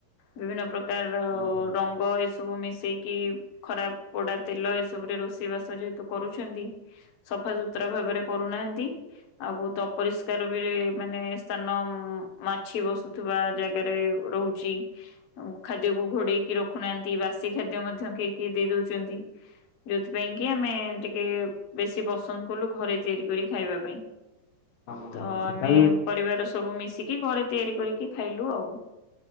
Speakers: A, on the left; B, on the left.
A: ବିଭିନ୍ନ ପ୍ରକାର
B: ହଁ ହଁ
A: ର ଙ୍ଗ ଏସବୁ ମିଶେଇକି ଖରାପ ପୋଡା ତେଲ ଏସବୁରେ ରୋଷେଇ ବାସ ଯେହେତୁ କରୁଛନ୍ତି ସଫାସୁତୁରା ଭାବରେ କରୁନାହାନ୍ତି। ଆଉ ବହୁତ ଅପରିଷ୍କାର ବି ମାନେ ସ୍ଥାନ ମାଛି ବସୁଥିବା ଜାଗାରେ ରହୁଛି। ଖାଦ୍ୟକୁ ଘୋଡେଇକି ରଖୁନାହାନ୍ତି ବାସି ଖାଦ୍ୟ ମଧ୍ୟ କିଏ କିଏ ଦେଇ ଦେଇ ଦଉଛନ୍ତି। ଯଉଥି ପାଇଁ କି ଆମେ ଟିକେ ବେଶୀ ପ ସନ୍ଦ୍ କଲୁ ଘରେ ତିଆରି କରି ଖାଇବା ପାଇଁ।
B: ହଁ
A: ତ
B: ହଁ
A: ଆମେ
B: ସେଟା ବି
A: ପରିବାର ସବୁ ମିଶିକି ଘରେ ତିଆରି କରିକି ଖାଇଲୁ ଆଉ।